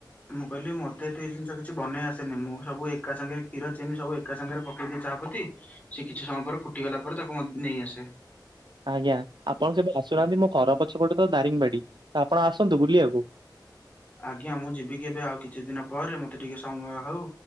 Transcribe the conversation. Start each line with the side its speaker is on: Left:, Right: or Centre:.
Left: ମୁଁ କହିଲି ମୋ ତେ ଏତେ ଜିନିଷ କିଛି ବନେଇ ଆସେନି, ମୁଁ ସବୁ ଏକା ସାଙ୍ଗରେ କ୍ଷୀର, ଚିନି ସବୁ ଏକା ସାଙ୍ଗରେ ପକେଇ ଦିଏ। ଚାହା ପତି ସେ କିଛି ସମୟ ପରେ ଫୁଟିଗଲା ପରେ, ତାକୁ ମୁଁ ନେଇ ଆସେ।
Right: ଆଜ୍ଞା ଆପଣ କେବେ ଆସୁନାହାନ୍ତି। ମୋ ଘର ପଛପଟେ ତ ଦାରିଙ୍ଗବାଡି, ତ ଆପଣ ଆସନ୍ତୁ ବୁଲିବାକୁ।
Left: ଆଜ୍ଞା, ମୁଁ ଯିବି କେବେ, ଆଉ କିଛି ଦିନ ପରେ, ମୋତେ ଟିକେ ସମୟ ହଉ।